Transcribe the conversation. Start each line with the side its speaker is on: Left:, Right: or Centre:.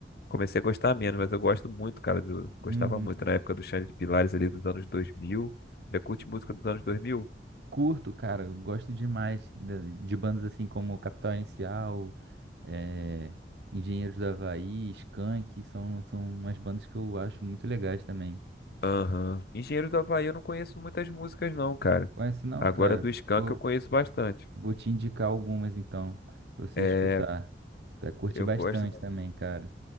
Left: Comecei a gostar menos, mas eu gosto muito, cara. Do, gostava
Right: uhum.
Left: muito na época do Xande de Pilares ali dos anos 2000. Você curte música dos anos 2000?
Right: Curto, cara, eu gosto demais de, de bandas assim como Capital Inicial, é, Engenheiros do Havaí, Skank, são, são umas bandas que eu acho muito legais também.
Left: Aham. Engenheiro do Havaí eu não conheço muitas músicas não, cara.
Right: Conhece não,
Left: Agora
Right: cara?
Left: do Skank
Right: Pô,
Left: eu conheço bastante.
Right: Vou te indicar algumas então, pra você
Left: É,
Right: escutar. Você vai curtir
Left: eu
Right: bastante
Left: gosto da...
Right: também, cara.